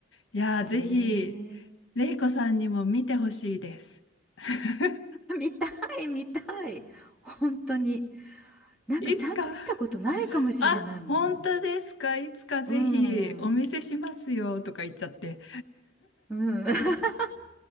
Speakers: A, on the left; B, in the centre.
A: いやー、
B: へえ。
A: ぜひ、れいこさんにも見てほしいです。<laughs>
B: <laughs> 見たい、見たい。本当に。なんかちゃんと見たことないかもしれないもん。
A: いつか。あ、本当ですか。いつかぜひお見せしますよとか言っちゃって。
B: うん。うん。<laughs>